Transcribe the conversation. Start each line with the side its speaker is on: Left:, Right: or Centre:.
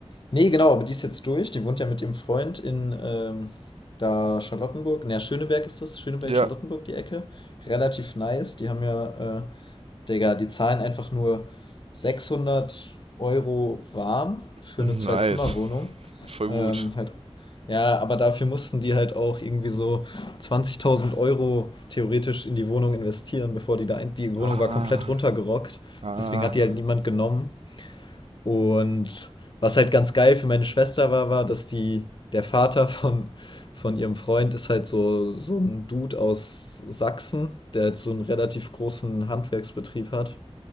Left: Nee, genau, aber die ist jetzt durch, die wohnt ja mit ihrem Freund in ähm, da Charlottenburg, naja, Schöneberg ist das, Schöneberg,
Right: Ja,
Left: Charlottenburg, die Ecke. Relativ nice, die haben ja äh, Digga, die zahlen einfach nur 600 Euro warm für
Right: nice.
Left: eine Zwei-Zimmer-Wohnung.
Right: Voll
Left: Ähm,
Right: gut.
Left: halt, ja, aber dafür mussten die halt auch irgendwie so 20.000 Euro theoretisch in die Wohnung investieren, bevor die da ein, die Wohnung
Right: Ah,
Left: war komplett runtergerockt.
Right: ah.
Left: Deswegen hat die halt niemand genommen. Und was halt ganz geil für meine Schwester war, war, dass die, der Vater von, von ihrem Freund ist halt so, so ein Dude aus Sachsen, der halt so einen relativ großen Handwerksbetrieb hat.